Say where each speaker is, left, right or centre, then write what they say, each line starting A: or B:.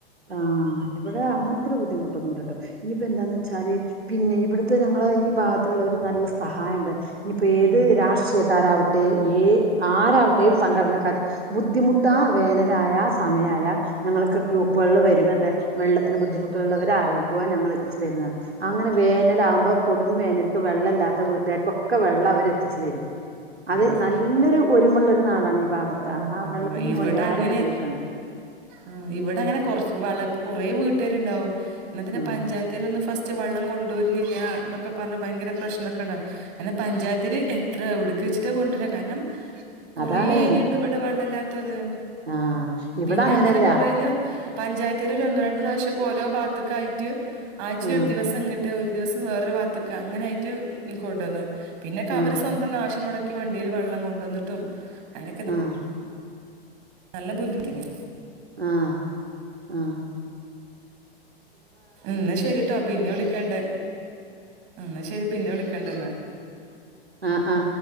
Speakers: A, on the right; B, on the right.
A: ആഹ് ഇവിടെ അങ്ങനത്തെ ഒരു ബുദ്ധിമുട്ടൊന്നുല്ല ട്ടോ. ഇനിയിപ്പ എന്താന്ന് വെച്ചാല് പിന്നെ ഇവിടെ ത്ത് ഞങ്ങള് ഈ ഭാഗത്തുള്ളോര് നല്ല സഹായണ്ട്. ഇനിയിപ്പോ ഏത്
B: ആ
A: രാഷ്ട്രീയക്കാരാവട് ട്ടെ ഏഹ് ആരാവട്ടെ ഏത് സംഘടനക്കാരും, ബുദ്ധിമുട്ട് ആ വേനലായാ ആ സ് സമയായാ ഞങ്ങൾക്ക് ഗ്രൂപ് വരും എന്ത്, വെള്ളത്തിന് ബുദ്ധിമുട്ടുള്ളവര് അറിയിക്കുക, ഞങ്ങള് എത്തിച്ചു തരുന്നതാണ് അങ്ങനെ വേനലാകുമ്പോ കൊടും വേനൽക്ക് വെള്ളല്ലാത്ത വീട്ടുകാർക്കൊക്കെ വെള്ളം അവരെത്തിച്ചു തരും. അത്
B: ആ
A: നല്ലൊരു ഒരുമള്ളൊരു നാടാണ് ഈ ഭാഗത്ത്.
B: ഉം
A: ആ
B: ആഹ്
A: വെള്ളത്തിനൊന്നും
B: ഇവിടെ
A: വേണ്ടി
B: അങ്ങനെ
A: ആരും ബുദ്ധിമുട്ടണ്ട.
B: ആഹ് ഇവിടെ അങ്ങനെ കുറച്ച് വെള്ള, ഇപ്പൊ കൊറേ വീട്ടുകാരുണ്ടാവും. എന്നിട്ടന്നെ
A: ആ
B: പഞ്ചായത് ത്താര് വന്ന് ഫസ്റ്റ് വെള്ളം കൊണ്ട് വരുന്നില്ല എന്നൊക്കെ പറഞ് ഭയങ്കര പ്രശ്നൊക്കാണ്. അയ്‌ൻ പഞ്ചായത്തില് എത്ര എ - വ്ട്കച്ചിട്ട കൊണ്ടുവരാ കാരണം കുറെേ
A: അതാണ്
B: ഏരിയ ഉണ്ട് ഇവിടെ വെള്ളല്ലാത്തത്
A: ആ ഇവിടെ
B: പിന്നെ
A: അങ്ങനെയല്ല
B: അങ്ങനെ കൊറേഞ്ഞ പഞ്ചായത്താര് ഒന്നു രണ്ട് പ്രാവശ്യ ഒക്കെ ഓരോ ഭാഗത്തക്ക് ആയിട്ട് ആഴ്ച്ചയില്
A: ആ
B: ഒരു ദിവസം ഇങ്ങട്ട് ദിവസം വേറൊരു വാത്തക്ക് അങ്ങനെ ആയിട്ട് കൊണ്ടുവന്നു പിന്നെക്കെ
A: ആ
B: അവര് സ്വന്തം കാശ് മുടക്കി വണ്ടിൽ വെള്ളം കൊണ്ടന്നിട്ടും അങ്ങനൊക്കെ
A: ആഹ്
B: നല്ല ബുദ്ധിമുട്ടന്നെ
A: ആഹ് ആഹ്
B: ന്നാ ശരിട്ടോ പിന്നെ വിളിക്കണ്ട് എന്നാ ശരി പിന്നെ വിളിക്കണ്ട് ന്നാ
A: ആ ആ